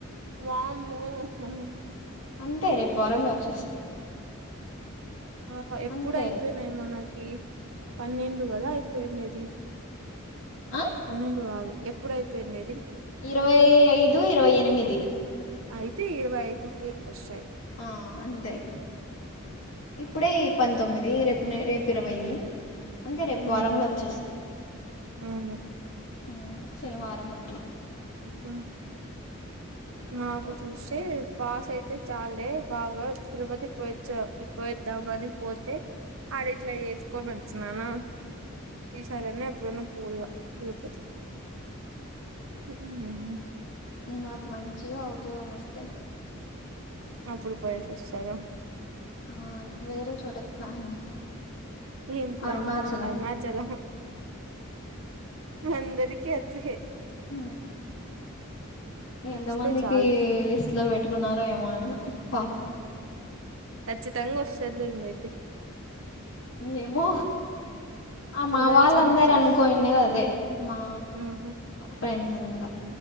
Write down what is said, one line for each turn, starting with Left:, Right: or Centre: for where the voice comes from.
Right: వామ్మో ఉ
Left: అంతే రేపు వరంలో వచ్చేస్తాయి
Right: ఆ ఎప్పుడు
Left: అంతే
Right: అయిపోయినాయి మనకి పన్నెండు కదా అయిపోయింది అది
Left: ఆ
Right: పన్నెండు వదు ఎప్పుడయిపోయింది
Left: ఇరవై ఐదు ఇరవై ఎనిమిది
Right: అయితే ఇరవై ఐదుకి వస్తాయ్
Left: ఆ అంతే ఇప్పుడే పంతొమ్మిది రేపు రేపు ఇరవై అంతే రేపు
Right: ఉమ్
Left: వారంలో వచ్చేస్తాయ్
Right: అవును
Left: ఉమ్ శనివారం ఆట్లా
Right: ఉ మాకు
Left: చూద్దాం
Right: చూస్తే పాస్ అయితే చాలే బాగా తిరుపతి పోచ్చ పోద్దామని పోతే అది ఇట్లా వేసుకొని వచ్చన్నాను ఈసారిన ఎప్పుడున్న పోదున తిరుపతికి ఉ
Left: నాకు మంచిగా ఉద్యోగాం మస్తే
Right: అప్పుడు పోయేసి వస్తార
Left: ఆ వేరే చోట చోటకి ప్లాను ఉంది
Right: ఏం ప్లాన్
Left: అరుణాచలం
Right: అరుణాచలం అంతే రికి ఎట్
Left: అ ఎంత
Right: వస్తే
Left: మందికి
Right: చాలు
Left: లిస్ట్ లో పెట్టుకున్నారో ఏమో ఆయన పాపం
Right: ఖచ్చితంగా వస్తదిలేండి అయితే
Left: ఏమో ఆ
Right: చూడాల్సిన
Left: మా వాళ్ళందర
Right: ప్లేస్
Left: అనుకోనిండేది అదే మా
Right: ఉహు
Left: ఫ్రెండ్స్ దా